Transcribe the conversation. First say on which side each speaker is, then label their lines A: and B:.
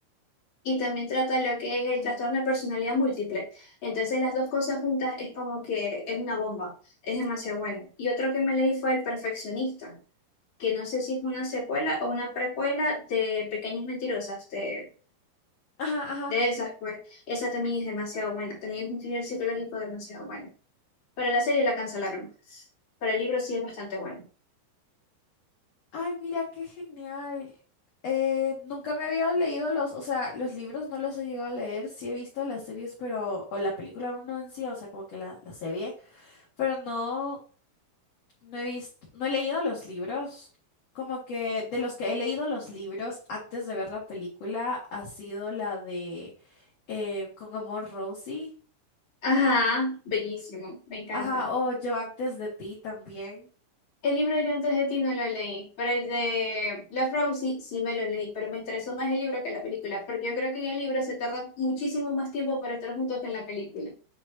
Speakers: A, on the left; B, on the left.
A: y también trata lo que es el
B: Mm.
A: trastorno de personalidad múltiple. Entonces las dos cosas juntas es como que es una bomba, es demasiado bueno. Y otro que me leí fue El Perfeccionista, que no sé si es una secuela o una precuela de Pequeñas Mentirosas, de,
B: ajá, ajá.
A: de esas, pues esa también es demasiado buena, también es un thriller psicológico demasiado bueno. Para la serie la cancelaron, para el libro sí es bastante bueno.
B: Ay, mira, qué genial. Eh, nunca me había leído los, o sea, los libros no los he llegado a leer, sí he visto las series, pero, o la película no en sí, o sea, como que la, la serie, pero no, no he visto, no he leído los libros. Como que de los que he leído los libros antes de ver la película ha sido la de eh, Con Amor Rosie.
A: Ajá, bellísimo, me encanta.
B: Ajá, o Yo antes de ti también.
A: El libro de Yo antes de ti no lo leí, pero el de La Frau sí, sí me lo leí, pero me estresó más el libro que la película, porque yo creo que en el libro se tarda muchísimo más tiempo para estar juntos que en la película.